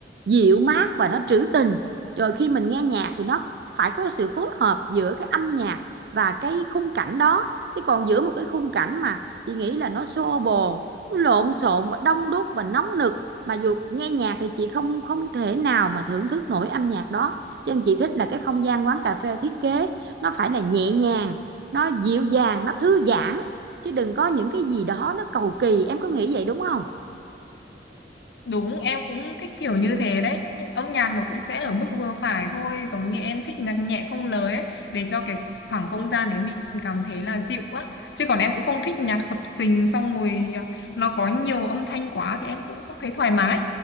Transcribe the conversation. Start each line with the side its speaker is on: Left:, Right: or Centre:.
Right: dịu mát và nó trữ tình rồi khi mình nghe nhạc thì nó phải có sự phối hợp giữa cái âm nhạc và cái khung cảnh đó chứ còn giữa một cái khung cảnh mà chị nghĩ là nó xô bồ nó lộn xộn và đông đúc và nóng nực mà dù nghe nhạc thì chị không không thể nào mà thưởng thức nổi âm nhạc đó cho nên chị thích là cái không gian quán cà phê thiết kế nó phải là nhẹ nhàng nó dịu dàng nó thư giãn chứ đừng có những cái gì đó nó cầu kỳ em có nghĩ vậy đúng không
Left: Đúng, em cũng thích kiểu như thế đấy. Âm nhạc nó cũng sẽ ở mức vừa phải thôi, giống như em thích nhạc nhẹ không lời ấy, để cho cái khoảng không gian đấy mình cảm thấy là dịu á. Chứ còn em cũng không thích nhạc sập sình xong rồi à, nó có nhiều âm thanh quá thì em cũng không thấy thoải mái.